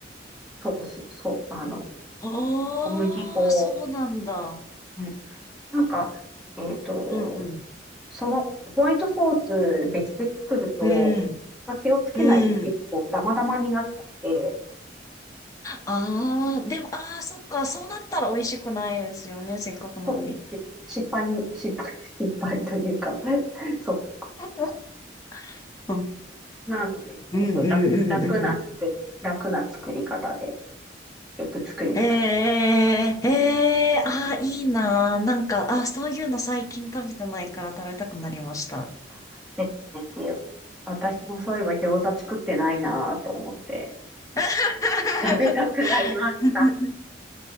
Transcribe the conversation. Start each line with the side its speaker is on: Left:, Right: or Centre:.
Centre: ソース、そう、あの、
Left: ああ、
Centre: 小麦粉。
Left: そうなんだ。
Centre: うん。なんか、えっと、
Left: うんうん。
Centre: その、ホワイトソース別で作ると、
Left: うん、
Centre: まあ、気をつけないと結構ダマダマになっちゃって、
Left: うん。ああ、でも、ああ、そっか、そうなったら美味しくないですよね、せっかくなのに。
Centre: そう、し失敗に、<laughs> 失敗、<laughs> 失敗というか <laughs> そ
Left: <laughs> うん、
Centre: う。なので、すごく楽、
Left: うん、うん、
Centre: 楽な作り、
Left: うんうん。
Centre: 楽な作り方で、よく作ります。
Left: ええ、ええ、ああ、いいなー。なんか、ああ、そういうの最近食べてないから食べたくなりました。
Centre: あぜひぜひ。私もそういえば餃子作ってないなぁと思って、
Left: <laughs>
Centre: と食べたくなりました。
Left: うーん。